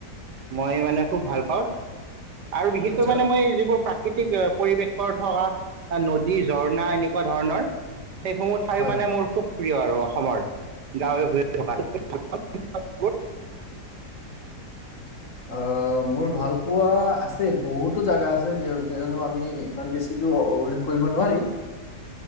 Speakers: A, on the right (about 70°); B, on the left (about 45°).
A: মই মানে খুব ভাল পাওঁ। আৰু বিশেষকৈ
B: আচ্ছা
A: মানে মই যিবোৰ প্ৰাকৃতিক পৰিৱেশৰ থকা নদী, ঝৰ্ণা এনেকুৱা ধৰণৰ সেইসমূহ ঠাই
B: হয়।
A: মানে মোৰ খুব প্ৰিয় আৰু অসমৰ, গাঁৱে ভূৱে <unintelligible> ু <unintelligible>
B: অহ, মোৰ ভাল পোৱা আছে বহুতো জেগা আছে কিয়নো আমি ইমান বেছিতো উল্লেখ কৰিব নোৱাৰি।